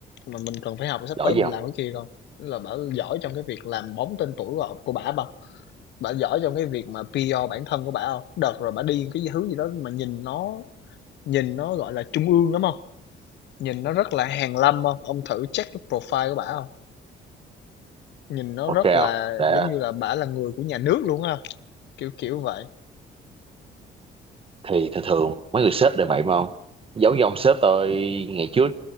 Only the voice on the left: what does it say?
Mà mình cần phải học sắp
tới mình
làm cái kia không? là bả giỏi trong cái việc làm bóng tên tuổi của, bả không? Bả giỏi trong cái việc mà PR bản thân của bả không? Đợt rồi bả đi cái thứ gì đó mà nhìn nó nhìn nó gọi là trung ương lắm không? Nhìn nó rất là hàn lâm không Ông thử check cái profile của bả không Nhìn nó
rất
là
giống như là bả là người của nhà nước luôn á, kiểu, kiểu vậy.